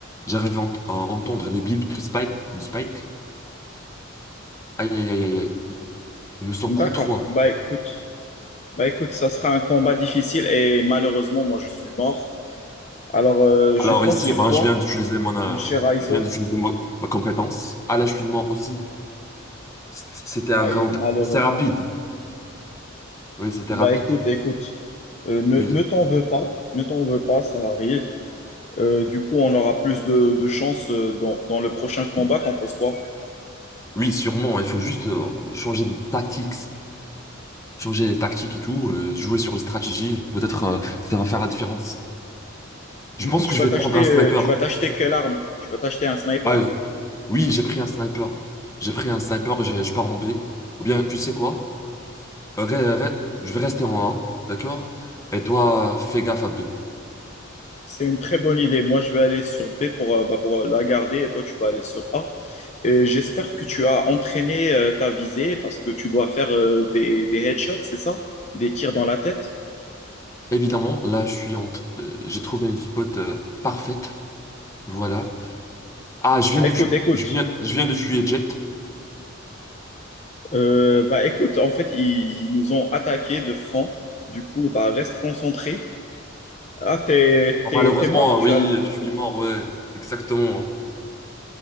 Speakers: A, on the left; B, on the left.
A: J'arrive à, ent- à entendre les blips de Spike. Du Spike. Aïe, aïe, aïe, aïe. aïe. Ils nous sont
B: D'accord,
A: contre trois.
B: bah écoute, bah écoute, ça sera un combat difficile et malheureusement, moi je suis mort. Alors, euh, je
A: Alors
B: compte
A: ici,
B: sur
A: eh ben,
B: toi,
A: je viens d'utiliser mon, euh,
B: mon cher Aizo.
A: je viens d'utiliser mo- ma compétence. Ah là, je suis mort aussi. C- C'était un
B: Ah,
A: round
B: malheureusement.
A: assez rapide. Oui, c'était
B: Bah
A: rapide.
B: écoute, écoute, euh, ne,
A: Oui.
B: ne t'en veux pas, ne t'en veux pas, ça arrive. Euh, du coup, on aura plus de, de chance euh, dans, dans le prochain combat, t'en penses quoi?
A: Oui, sûrement. Il faut juste euh, changer de tactique, changer les tactiques et tout, euh, jouer sur la stratégie. Peut-être euh, ça va faire la différence.
B: Du
A: Je pense
B: coup, tu
A: que
B: vas
A: je
B: t'acheter,
A: vais prendre un sniper.
B: euh, tu vas t'acheter quelle arme? Tu vas t'acheter un sniper?
A: Ah euh, oui, j'ai pris un sniper. J'ai pris un sniper, je, je pars en B. Ou bien, tu sais quoi? Euh, re- re- je vais rester en A, d'accord? Et toi, fais gaffe à B.
B: C'est une très bonne idée. Moi, je vais aller sur B pour, euh, bah, pour euh, la garder et toi, tu vas aller sur A. Et j'espère que tu as entraîné euh, ta visée parce que tu dois faire euh, des, des headshots, c'est ça? Des tirs dans la tête.
A: Évidemment, là, je suis en, euh, j'ai trouvé une spot euh, parfaite. Voilà. Ah, je viens
B: Ah,
A: de
B: Écoute,
A: tuer,
B: écoute.
A: je viens, je viens de tuer Jet.
B: Euh, bah, écoute, en fait, ils, ils nous ont attaqué de front. Du coup, bah, reste concentré. Ah, t'es,
A: Oh,
B: t'es,
A: malheureusement,
B: t'es mort. Tu
A: oui,
B: as...
A: je suis mort, ouais, exactement. hein.